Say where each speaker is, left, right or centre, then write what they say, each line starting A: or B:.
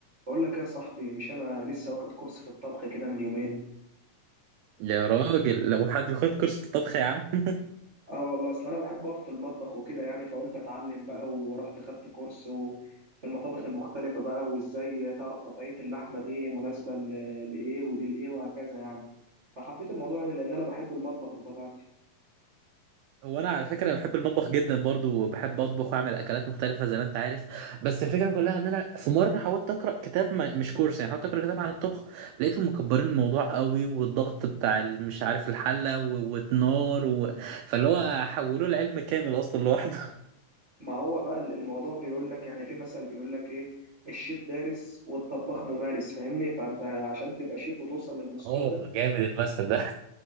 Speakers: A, on the right; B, on the right.
A: بقول لك ايه يا صاحبي مش انا لسه واخد كورس في الطبخ كده من يومين
B: يا راجل لو حد ياخد كورس في الطبخ يا عم <laughs>
A: اه والله اصل انا بحب اقف في المطبخ وكده يعني فقلت اتعلم بقى ورحت خدت كورس و- في المطابخ المختلفة بقى وازاي تعرف قطعية اللحمة دي مناسبة ل- لايه ودي لايه وهكذا يعني فحبيت الموضوع يعني لان انا بحب المطبخ بطبيعتي
B: هو انا على فكره بحب المطبخ جدا برضو وبحب اطبخ واعمل اكلات مختلفه زي ما انت عارف بس الفكره كلها ان انا في مره حاولت اقرا كتاب ما- مش كورس يعني حاولت اقرا كتاب عن الطبخ لقيتهم مكبرين الموضوع قوي والضغط بتاع ال- مش عارف الحله و- والنار و... فاللي هو حولوه لعلم كامل اصلا لوحده <laughs>
A: ما هو بقى الموضوع بيقول لك يعني في مثل بيقول لك ايه الشيف دارس والطباخ ممارس فاهمني فانت عشان تبقى شيف وتوصل للمستوى
B: اه
A: ده
B: جامد المثل ده